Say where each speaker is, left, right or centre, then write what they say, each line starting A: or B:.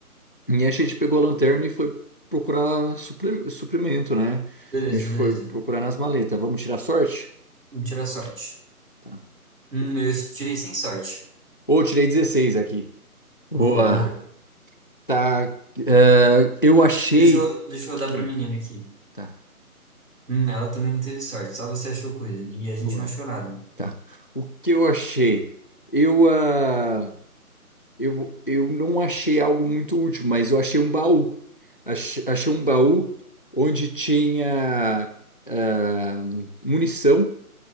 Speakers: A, on the left; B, on the right.
A: e a gente pegou a lanterna e foi procurar supri- suprimento, né?
B: Beleza,
A: A gente foi
B: beleza.
A: procurar nas maletas. Vamos tirar sorte?
B: Vamos tirar sorte.
A: Tá.
B: Hum, eu tirei sem sorte.
A: Ô, tirei 16 aqui. Boa.
B: Boa, boa.
A: Tá. eh, eu achei.
B: Deixa eu, deixa eu dar
A: Hum,
B: pra menina aqui.
A: tá.
B: Hum, ela também não teve sorte, só você achou coisa. E a gente
A: Boa.
B: não achou nada.
A: Tá. O que eu achei? Eu. ah, Eu, eu não achei algo muito útil, mas eu achei um baú. Achei, achei um baú onde tinha ah, munição,